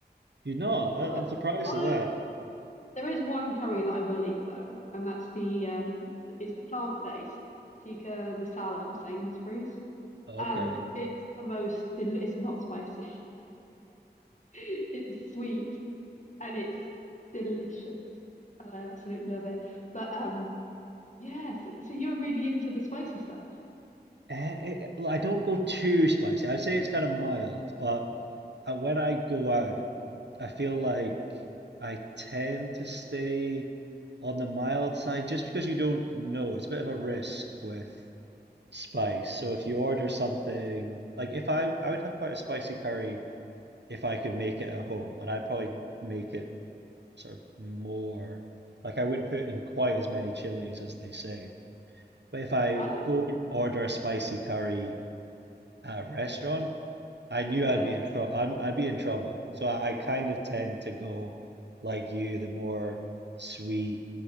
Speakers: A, on the right; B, on the left.
A: You know that
B: But
A: I'm surprised
B: although
A: at that.
B: there is one curry that I will eat though, and that's the um it's the plant-based tikka masala from Sainsbury's,
A: Okay.
B: and it's the most del it's not spicy. <laughs> It's sweet and it's delicious. And I absolutely love it. But um yeah, so, so you're really into the spicy stuff.
A: Eh, eh, well, I don't go too spicy. I'd say it's kind of mild, but uh, when I go out, I feel like I tend to stay on the mild side just because you don't know. It's a bit of a risk with spice. So if you order something, like if I I would have quite a spicy curry if I could make it at home, and I'd probably make it sort of more like I wouldn't put in quite as many chilies as they say. But if I
B: Oh.
A: go and order a spicy curry at a restaurant, I knew
B: Yeah.
A: I'd be in trouble. I'd, I'd be in trouble. So I, I kind of tend to go like you, the more sweet,